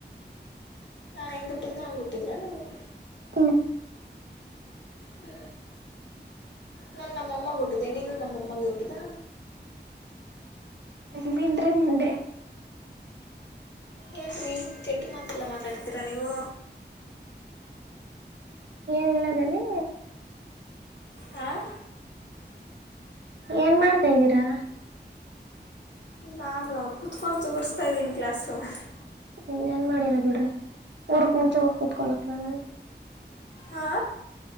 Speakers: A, on the left (about 75°); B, on the right (about 70°).
A: ನಾನ್ ಹೆಂಗ್ ಹುಟ್ಟುದ್ನ ಹಂಗ ಹುಟ್ಟಿದ್ರ ನೀವು
B: ಹ
A: ಹ ನನ್ ನಮ್ಮಮ್ಮಗೆ ಹುಟ್ಟಿದೆ ನೀನು ನಮ್ಮಮ್ಮಗೆ ಹುಟ್ಟದ
B: ಇ ಮಿಂಡ್ರಿ ಮುಂಡೆ
A: ಏನ್ರೀ ಕೆಟ್ಟ ಮಾತೆಲ್ಲ ಮಾತಾಡ್ತೀರಾ ನೀವು
B: ಎಲ್ಲದಾನೇ
A: ಹಾಂ
B: ಏನ್ ಮಾಡ್ತಾ್ಯಿದೀರಾ
A: ನಾನು ಕುತ್ಕೊಂಡು ತುಗ್ದುಸ್ಟಇದಿನಿ ಇದ್ದೀನಿ ಕ್ಲಾಸ್ ರೂಮ್ ಅಲ್ಲಿ
B: ಏನೇನ್ ಮಾಡಿರ ಬಿಡ್ರಿ ಊರ್ಕ್ ಮುಂಚೆ ಹೋಗಿ ಕುತ್ಕೊಳಕ್ ಹೇಳೇಳ
A: ಹಾ